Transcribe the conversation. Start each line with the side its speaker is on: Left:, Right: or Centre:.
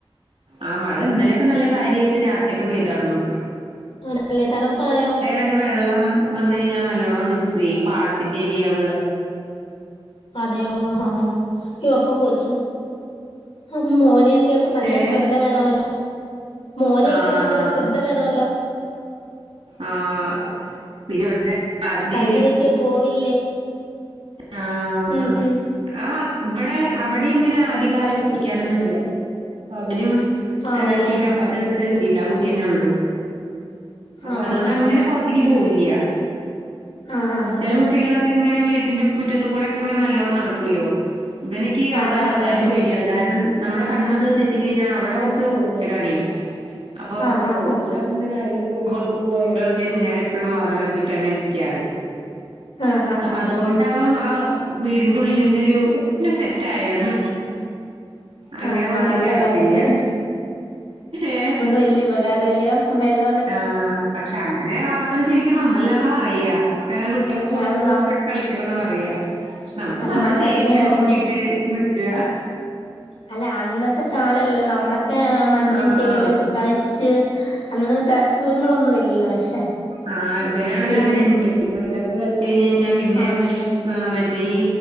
Right: ആ മഴ ഇന്നലൊക്കെ നല്ല കാര്യമായിട്ട് രാത്രി ഒക്കെ പെയ്താടന്നു
Left: ആല്ലേ തണുപ്പായോ
Right: അക്കെ വെള്ളം വന്ന കഴിഞ്ഞാൽ നല്ലോണം നിക്കുവ ഈ പാടത്തിന്റെ ഏരിയയാ വ്
Left: അതെ ആ ആ ആ ഈ ഒപ്പം കൊച്ചി ആ മോനൊക്കെ അപ്പൊ നല്ല
Right: ഏഹ്
Left: ശ്രദ്ധ വേണമല്ലോ മോനേ
Right: ആഹ്
Left: ഇപ്പൊ നല്ല ശ്രദ്ധ വേണല്ലോ
Right: ആഹ് പിന്നെ ഇവിടെ പാടന്റെ
Left: കണ്ണ്
Right: ഏരിയ
Left: തെറ്റിയാ പോവില്ലേ
Right: ആഹ്
Left: ഉം ഹും
Right: ആ ഇവിടെ അവിടെ ഇങ്ങനെ അധികം ആരും കളിക്കാനൊന്നുംല്ല അവനും
Left: ആണല്ലേ
Right: പിന്നെ
Left: ആ
Right: അപ്പുറത്തെ വീട്ടിത്തെ ഒരു കുട്ടി കുട്ടിന്നെ ഉള്ളൂ അപ്പൊ
Left: ആഹ്
Right: അതുകൊണ്ട്
Left: ഹ
Right: അങ്ങനെ
Left: ഹ
Right: പൊറത്തേക്ക് പോവില്ല
Left: ആഹ് ഹ
Right: ചെല
Left: ഹ
Right: കുട്ടികളൊക്കെ ങ്ങനെ വീട്ടിന്റെ മുറ്റത്ത് കൂടെ ഒക്കെ ഇങ്ങനെ നല്ലോണ്ണം നടക്കല്ലോ ഇവനക്ക് അവിടെ
Left: അതെ
Right: നടത്താനും
Left: അതെ
Right: പേടിയാണ് കാരണം നമ്മുടെ കണ്ണന്ന് തെറ്റി കഴിഞ്ഞാ അവിടെ കുറച്ച് റോഡ് സൈഡാണ അപ്പൊ
Left: ആഹ് ഹ
Right: റോഡിൽ
Left: ഹ
Right: കൂടെ ഒക്കെങ്ങെ ആരെങ്കിലും പോകുമ്പോ പോയാലോ വിചാരിച്ച് ഞാൻ എപ്പോഴും വാതിൽ അടച്ചിട്ടാണ് ഇരിക്കാറ്
Left: ആഹ് ഹ
Right: അപ്പൊ അതുകൊണ്ട്
Left: ഹ
Right: ആ വീടിന്റെ ഉള്ളിൽ തന്നെ ഒരു സെറ്റ് ആയാണ് അങ്ങനെ
Left: ആഹ്
Right: പൊർത്തിക്കാറക്കില്ല
Left: ആ നല്ല കാര്യം അത്
Right: ഏ
Left: വലിയ ഉപകാരം <unintelligible> വെള്ള
Right: ആഹ് പക്ഷെ അങ്ങനെ വളർത്തന ശരിക്കും നന്നല്ലാന്നാ പറയാ കാരണം കുട്ടികളൊക്കെ പുറത്ത
Left: ആ അത് ന
Right: ഇട്ട കള പറയാ നമ്മ
Left: അതെ
Right: നമ്മുടെ
Left: നമ്മളൊക്കെ
Right: സേഫ്റ്റി
Left: ഇങ്ങനായിരുന്നു
Right: നോക്കിട്ട് നിക്കുക
Left: അല്ല അന്നത്തെ കാലല്ല നമ്മളൊക്കെ മണ്ണിലും
Right: ആഹ്
Left: ചെളയിലും ഒക്കെ കളിച്ച് അന്നത്തെ അസുഖങ്ങളൊന്നും ഇല്ലല്ലോ പക്ഷെ
Right: ആ ഇവൻ
Left: പക്ഷെ
Right: ആണെങ്കിൽ അങ്ങനെണ്ട്
Left: ഇന്ന്
Right: മണിലൊക്കെ കളിച്ചച്ച് കഴിഞ്ഞഞ് കഴിഞ്ഞാൽ പിന്നെ
Left: ആണല്ലേ
Right: ആഹ് മറ്റേ ഈ